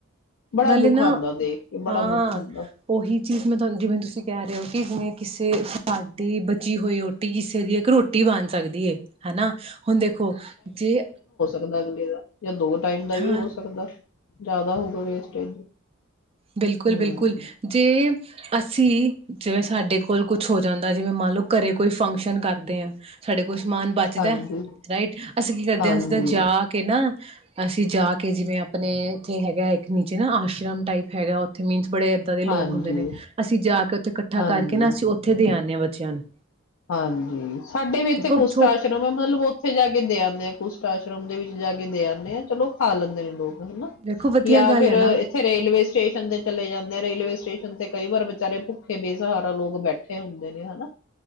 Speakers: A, on the left; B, on the right.
A: ਬੜਾ
B: ਨਾਲੇ
A: ਦੁੱਖ
B: ਨਾ
A: ਆਉਂਦਾ ਦੇਖ ਕੇ ਬੜਾ
B: ਹਾਂ
A: ਦੁੱਖ ਹੁੰਦਾ
B: ਉਹੀ ਚੀਜ਼ ਮੈਂ ਤੁ ਜਿਵੇਂ ਤੁਸੀਂ ਕਹਿ ਰਹੇ ਹੋ ਕਿ ਜਿਵੇਂ ਕਿਸੇ ਸਾਡੀ ਬਚੀ ਹੋਈ ਰੋਟੀ ਕਿਸੇ ਦੀ ਇੱਕ ਰੋਟੀ ਬਣ ਸਕਦੀ ਹੈ ਹਨਾ ਹੁਣ ਦੇਖੋ ਜੇ
A: ਲਦਾ ਜਾਂ ਦੋ ਟਾਈਮ ਦਾ ਵੀ
B: ਹਾਂ
A: ਹੋ ਸਕਦਾ ਜ਼ਿਆਦਾ ਹੋਗਾ ਵੇਸਟੇਜ
B: ਬਿਲਕੁਲ
A: ਹਮ
B: ਬਿਲਕੁਲ ਜੇ ਅਸੀਂ ਜਿਵੇਂ ਸਾਡੇ ਕੋਲ ਕੁਛ ਹੋ ਜਾਂਦਾ ਜਿਵੇਂ ਮੰਨ ਲਓ ਘਰੇ ਕੋਈ ਫੰਕਸ਼ਨ ਕਰਦੇ ਹਾਂ ਸਾਡੇ ਕੋਲ ਕੋ ਸਮਾਨ ਬਚਦਾ
A: ਹਾਂਜੀ
B: ਰਾਈਟ ਅਸੀਂ ਕੀ ਕਰਦੇ
A: ਹਾਂਜੀ
B: ਹਾਂ ਜਿੱਦਾਂ ਜਾ ਕੇ ਨਾ ਅਸੀਂ ਜਾ ਕੇ ਜਿਵੇਂ ਆਪਣੇ ਇੱਥੇ ਹੈਗਾ ਇੱਕ ਨੀਚੇ ਨਾ ਆਸ਼ਰਮ ਟਾਈਪ ਹੈਗਾ ਉੱਥੇ ਮੀਨਸ ਬੜੇ ਏਦਾਂ ਦੇ ਲੋਕ
A: ਹਾਂਜੀ
B: ਹੁੰਦੇ ਨੇ ਅਸੀਂ ਜਾ ਕੇ ਇਕੱਠਾ
A: ਹਾਂਜੀ
B: ਕਰਕੇ ਨਾ ਅਸੀਂ ਉੱਥੇ ਦੇ ਆਉਦੇ ਹਾਂ ਬੱਚਿਆਂ ਨੂੰ
A: ਹਾਂਜੀ ਸਾਡੇ ਵੀ ਇੱਥੇ
B: ਦੇਖੋ
A: ਕੁਸ਼ਟ
B: ਛੋ
A: ਆਸ਼ਰਮ ਹੈ ਮਤਲਬ ਉੱਥੇ ਜਾ ਕੇ ਦ ਆਉਂਦੇ ਆ ਕੁਸ਼ਟ ਆਸ਼ਰਮ ਦੇ ਵਿੱਚ ਜਾ ਕੇ ਦੇਦੇ ਆਾਂ ਚਲੋ ਖਾ ਲੈਂਦੇ ਨੇ ਲੋਕ ਹਨਾ
B: ਦੇਖੋ ਵਧੀਆ
A: ਜਾਂ
B: ਗੱਲ
A: ਫਿਰ
B: ਹੈ
A: ਇੱਥੇ
B: ਨਾ
A: ਰੇਲਵੇ ਸਟੇਸ਼ਨ ਤੇ ਚਲੇ ਜਾਂਦੇ ਆ ਰੇਲਵੇ ਸਟੇਸ਼ਨ ਤੇ ਕਈ ਵਾਰ ਵਿਚਾਰੇ ਭੁੱਖੇ ਬੇਸਹਾਰਾ ਲੋਕ ਬੈਠੇ ਹੁੰਦੇ ਨੇ ਹਨਾ